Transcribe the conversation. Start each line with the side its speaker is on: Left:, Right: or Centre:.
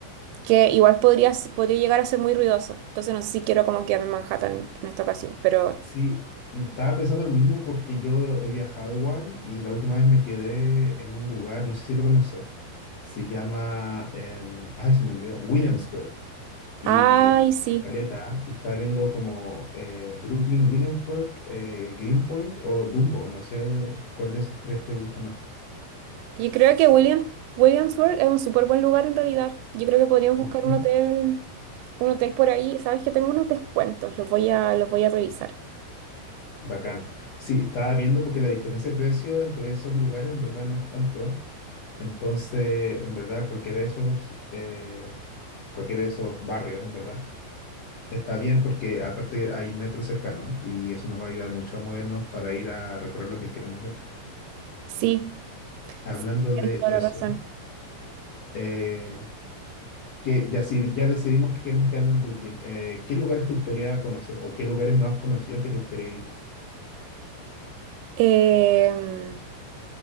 Right: que igual podría, s- podría llegar a ser muy ruidoso. Entonces no sé si quiero como quedarme en Manhattan en esta ocasión, pero...
Left: Sí, estaba pensando lo mismo porque yo he he viajado igual y la última vez me quedé en un lugar, no sé si lo conoces, se llama, em, ay, se me olvidó, Williamsburg. Y
Right: Ay, sí.
Left: Caleta, y estaba viendo como eh, Brooklyn, Williamsburg, eh, Greenpoint o Dumbo, no sé cuál de esos tres te gusta más.
Right: Yo creo que William, Williamsburg es un súper buen lugar en realidad. Yo creo que podríamos
Left: ¿Cierto?
Right: buscar un hotel, un hotel por ahí. Sabes que tengo unos descuentos, los voy a, los voy a revisar.
Left: Bacán. Sí, estaba viendo porque la diferencia de precio entre esos lugares en verdad no es tanto. Entonces, en verdad, cualquiera de esos, eh, cualquiera de esos barrios, en verdad, está bien porque aparte hay metro cercano y eso nos va a ayudar mucho a movernos para ir a recorrer lo que queremos ver.
Right: Sí,
Left: Hablando
Right: sí, tienes
Left: de
Right: toda
Left: eso,
Right: la razón.
Left: eh, que ya, si, ya decidimos que queremos quedarnos en Brooklyn, eh, ¿qué lugares te gustaría conocer o qué lugares no has conocido que te gustaría ir?
Right: Em,